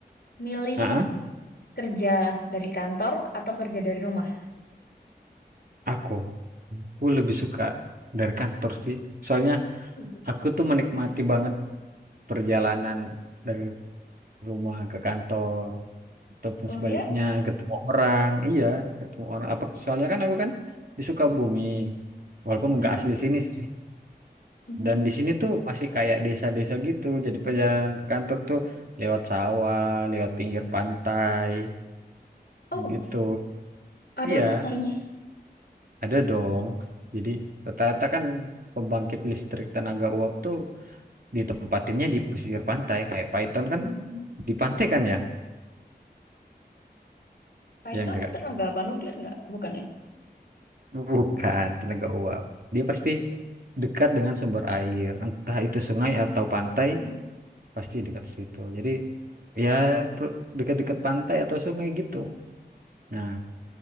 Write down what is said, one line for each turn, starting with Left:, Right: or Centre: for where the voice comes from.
Left: milih
Right: Heeh.
Left: kerja dari kantor atau kerja dari rumah?
Right: Aku, aku lebih suka dari kantor sih. Soalnya
Left: Hmm,
Right: aku tuh menikmati
Left: iya sih.
Right: banget perjalanan dari rumah ke kantor ataupun
Left: Oh
Right: sebaliknya
Left: ya?
Right: ketemu orang. Iya, ketemu orang. Apa soalnya kan aku kan di Sukabumi. Walaupun
Left: Mhm,
Right: nggak asli sini sih.
Left: mhm.
Right: Dan di sini tuh masih kayak desa-desa gitu. Jadi perjalanan ke kantor tuh lewat sawah, lewat pinggir pantai
Left: Oh,
Right: gitu.
Left: ada
Right: iya,
Left: pantainya.
Right: ada dong. Jadi rata-rata kan pembangkit listrik tenaga uap tuh ditempatinnya di pesisir pantai. Kayak Python kan
Left: Mhm.
Right: di pantai kan ya?
Left: Python
Right: Ya enggak.
Left: tuh tenaga apa nuklir nggak? Bukan ya?
Right: Bukan tenaga uap. Dia pasti dekat dengan sumber air, entah itu sungai atau pantai,
Left: Hmm,
Right: pasti dekat situ. Jadi ya per- dekat-dekat pantai atau sungai gitu. Nah,